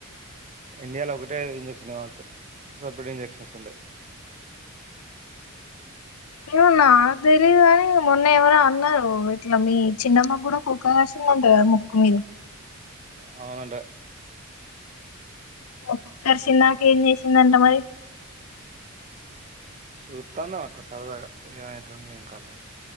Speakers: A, on the right; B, on the left.
A: ఇండియాలో ఒకటే ఇంజెక్షన్త్రం వాడతారు సపరేట్ ఇంజెక్షన్స్ ఉండాయ్
B: ఏ నక్ తెలియదు గాని మొన్న ఎవరో అన్నారు, ఇట్లా మీ చిన్నమ్మ కూడా కుక్క కరిసిందింత కదా ముక్కు మీద్
A: అ అంట
B: కుక్క కార్చినక ఏం చేసింది అంట మరి
A: చుత్తాన్న అట్ల సరదాగా ఏమైతుంది ఏం కథ